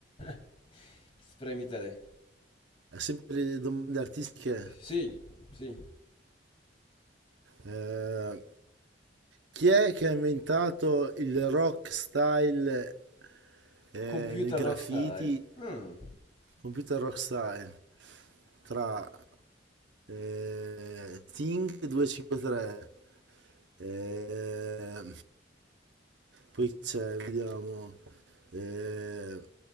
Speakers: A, on the left; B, on the right.
A: <laughs> Spremitele.
B: Sempre domande artistiche.
A: Sì, sì.
B: Eh, Chi è che ha inventato il rock style eh,
A: Computer
B: nel graffiti,
A: rock style. Mm.
B: computer rock style, tra eh, Thing 253, eh, poi c'è, vediamo, eh,